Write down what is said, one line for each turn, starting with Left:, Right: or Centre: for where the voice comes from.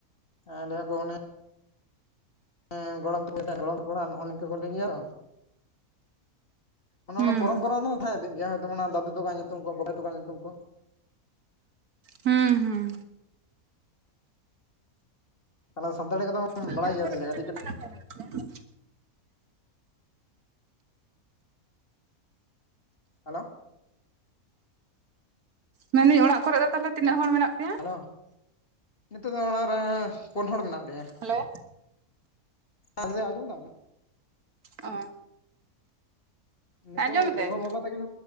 Left: ᱮᱸ ᱞᱟᱹᱭ ᱟᱠᱚ ᱚᱱᱮ ᱦᱮᱸ ᱜᱚᱲᱚᱢ ᱯᱲᱦᱤ ᱜᱚᱲᱚᱢ ᱠᱚᱲᱟ ᱱᱚᱜᱼᱚ ᱱᱤᱝᱠᱟ ᱠᱚ ᱞᱟᱹᱭ ᱜᱮᱭᱟ ᱛᱚ ᱚᱱᱟ
Right: ᱦᱩᱸ
Left: ᱚᱱᱟ ᱯᱚᱨᱚᱢ ᱯᱚᱨᱟ ᱫᱚ ᱛᱟᱦᱮᱸ ᱤᱫᱤᱜ ᱜᱮᱭᱟ ᱫᱟᱫᱩ ᱛᱟᱠᱣᱟᱜ ᱧᱩᱛᱩᱢ ᱠᱚ ᱵᱟᱹᱭᱳ ᱛᱟᱠᱚᱣᱟᱜ ᱧᱩᱛᱩᱢ ᱠᱚ᱾
Right: ᱦᱩᱸ ᱦᱩᱸ
Left: ᱛᱟᱦᱚᱞᱮ ᱥᱟᱱᱛᱟᱲᱤ ᱠᱚᱫᱚᱢ
Right: ᱚᱲᱟᱜ ᱠᱚᱨᱮ ᱫᱚ ᱛᱟᱦᱚᱞᱮ ᱛᱤᱱᱟᱹᱜ ᱦᱚᱲ ᱢᱮᱱᱟᱜ ᱯᱮᱭᱟ?
Left: ᱵᱟᱲᱟᱭ ᱜᱮᱭᱟ ᱥᱮ ᱪᱮᱫ ᱠᱟᱹᱴᱤᱡ ᱠᱟᱹᱴᱤᱡ? ᱦᱮᱞᱳ
Right: ᱢᱮᱱᱫᱤᱧ ᱚᱲᱟᱜ ᱠᱚᱨᱮ ᱫᱚ ᱛᱟᱦᱚᱞᱮ ᱛᱤᱱᱟᱹᱜ ᱦᱚᱲ ᱢᱮᱱᱟᱜ ᱯᱮᱭᱟ?
Left: ᱦᱮᱞᱳ, ᱱᱤᱛᱚᱜ ᱫᱚ ᱚᱲᱟᱜ ᱨᱮ ᱯᱩᱱ ᱦᱚᱲ ᱢᱮᱱᱟᱜ ᱞᱮᱭᱟ᱾
Right: ᱦᱮᱞᱳ
Left: ᱟᱡᱚᱢᱫᱟᱢ?
Right: ᱚ
Left: ᱱᱤᱛᱚᱜ
Right: ᱦᱮᱸ ᱟᱸᱡᱚᱢᱤᱫᱟᱹᱧ
Left: ᱜᱚᱜᱚ-ᱵᱟᱵᱟ ᱛᱟᱹᱠᱤᱱ